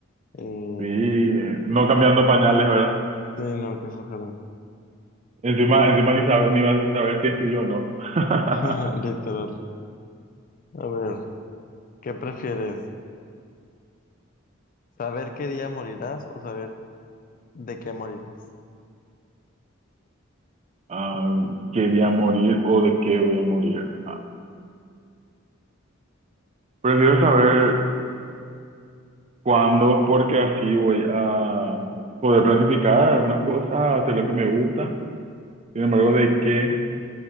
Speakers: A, on the left; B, on the right.
A: Eh,
B: sí, no cambiando pañales, verdad
A: sí, no, qué flojera.
B: Encima, encima ni, sabe- ni vas a saber si es tuyo o no. <laughs>
A: <laughs> Literal. A ver, ¿qué prefieres? ¿Saber qué día morirás o saber ¿De qué morirás?
B: Ah, quería morir o de qué voy a morir. Ah, prefiero saber cuándo, porque así voy a poder planificar algunas cosas, hacer lo que me gusta. Sin embargo, de qué,